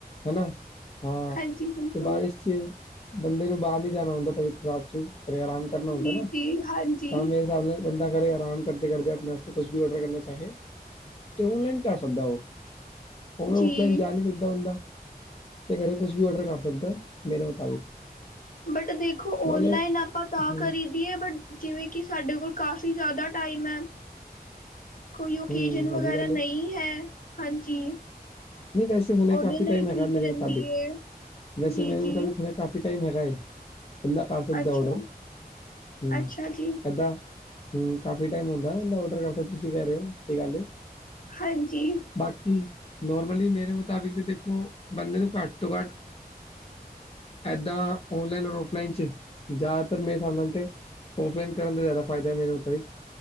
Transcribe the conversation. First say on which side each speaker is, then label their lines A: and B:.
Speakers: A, on the left; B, on the left.
A: ਹਨਾ ਹਾਂ,
B: ਹਾਂਜੀ, ਬਿਲਕੁਲ,
A: 'ਤੇ ਬਾਰਿਸ਼ 'ਚ, ਬੰਦੇ ਨੂੰ ਬਾਰ ਨੀਂ ਜਾਨਾ ਹੁੰਦਾ ਤਬੀਅਤ ਖ਼ਰਾਬ 'ਚ। ਕਰੇ ਆਰਾਮ ਕਰਨਾ
B: ਜੀ-ਜੀ,
A: ਹੁੰਦੈ ਨਾ,
B: ਹਾਂਜੀ,
A: ਤਾਂ ਮੇਰੇ ਹਿਸਾਬ ਨਾਲ ਏਦਾ ਕਰੇ ਆਰਾਮ ਕਰਦੇ -ਕਰਦੇ ਅਪਨੇ ਅਸਤੇ ਕੁਛ ਵੀ ਅੋਰਡਰ ਕਰਨਾ ਚਾਹੇ। 'ਤੇ ਓਨਲਾਈਨ ਕਰ ਸਕਦਾ ਓ, ਓਵੇਂ ਔਫਲਾਈਨ
B: ਜੀ,
A: ਜਾ ਨੀਂ ਸਕਦਾ ਬੰਦਾ। ਤੇ ਕਰੇ ਕੁਛ ਵੀ ਔਰਡਰ ਕਰ ਸਕਦਾ, ਮੇਰੇ ਮੁਤਾਬਿਕ
B: ਬੇਟਾ ਦੇਖੋ, ਓਨਲਾਈਨ
A: ਨਾਲੇ
B: ਆਪਾਂ ਤਾਂ
A: ਹੂੰ
B: ਕਰੀ ਕੀ ਏ ਬਟ, ਜਿਵੇਂ ਕਿ ਸਾਡੇ ਕੋਲ ਕਾਫੀ ਜ਼ਾਦਾ ਟਾਈਮ ਐ। ਕੋਈ ਓਕੇਜਨ
A: ਹੂੰ
B: ਵਗੈਰਾ
A: ਐ ਵੀ ਗੱਲ
B: ਨਈ
A: ਏ
B: ਹੈ, ਹਾਂਜੀ।
A: ਨੀਂ ਵੈਸੇ ਹੁੰਨੇ
B: ਉਹਦੇ
A: ਕਾਫ਼ੀ
B: ਲਈ
A: ਟਾਈਮ ਹੈਗਾ
B: ਠੀਕ
A: ਮੇਰੇ
B: ਰਹਿੰਦੀ
A: ਮੁਤਾਬਿਕ,
B: ਏ
A: ਵੈਸੇ
B: ਜੀ
A: ਮੇਰੇ
B: ਜੀ
A: ਮੁਤਾਬਿਕ ਹੁੰਨੇ ਕ ਕਾਫੀ ਟਾਈਮ ਹੈਗਾ ਏ, ਬੰਦਾ ਕਰ ਸਕਦਾ
B: ਅੱਛਾ
A: ਔਡਰ ਹੂੰ।
B: ਅੱਛਾ ਜੀ
A: ਏਦਾਂ ਹੂੰ, ਕਾਫੀ ਟੈਮ ਹੁੰਦੈ, ਓਦਾ ਔਡਰ ਕਰ ਸਕ ਤੁਸੀਂ ਕੈਅ ਰੇ ਓ, ਸਹੀ ਗੱਲ ਏ।
B: ਹਾਂਜੀ।
A: ਬਾਕੀ, ਨੋਰਮਲੀ ਮੇਰੇ ਮੁਤਾਬਿਕ 'ਤੇ ਦੇਖੋ, ਬੰਦੇ ਨੂੰ ਘੱਟ ਤੋਂ ਘੱਟ ਏਦਾਂ ਔਨਲਾਈਨ ਔਰ ਔਫਲਾਈਨ 'ਚ, ਜ਼ਾਦਾਤਰ ਮੇਰੇ ਸਾਬ ਨਾਲ 'ਤੇ ਔਫਲਾਈਨ ਕਰਨ ਦਾ ਜਾਦਾ ਫਾਇਦਾ ਮੇਰੇ ਮੁਤਾਬਿਕ,